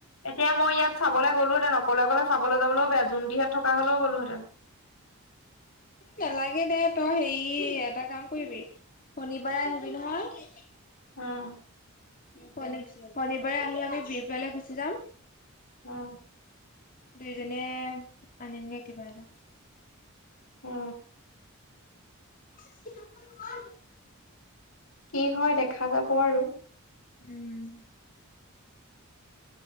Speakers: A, on the left; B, on the left.
A: এতিয়া মই ইয়াত চাবলৈ গ'লো হেঁতেন অকলে অকলে চাবলৈ যাবলৈও বেয়া, জোনদিহাত থকা হ'লেও গ'লো হেঁতেন।
B: ই নালাগে দে তই হেৰি এটা কাম কৰিবি। শনিবাৰে আহিবি নহয়।
A: উম।
B: শনিবাৰে আহি আমি বিৰপালে গুচি যাম।
A: অ।
B: দুইজনীয়ে আনিমগে কিবা এটা।
A: অ।
B: <unintelligible>
A: কি হয় দেখা যাব আৰু।
B: উম।